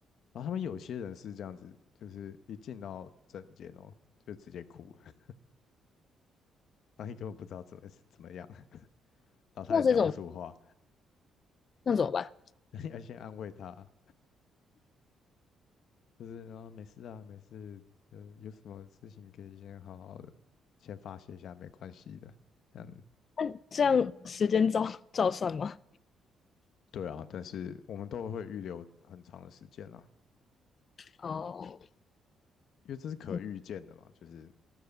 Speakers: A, on the left; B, on the left.
A: 然后他们有些人是这样子，就是一进到诊间哦，就直接哭了，然后你根本不知道怎么怎么样，然后他也讲不出话，
B: 那这种那怎么办？
A: <laughs> 你要先安慰他，就是然后没事啊，没事，嗯，有什么事情可以先好好的先发泄一下，没关系的。嗯，
B: 那这样时间照照算吗？
A: 对啊，但是我们都会预留很长的时间啦，
B: 哦，
A: 因为这是可预见的嘛，
B: 嗯，
A: 就是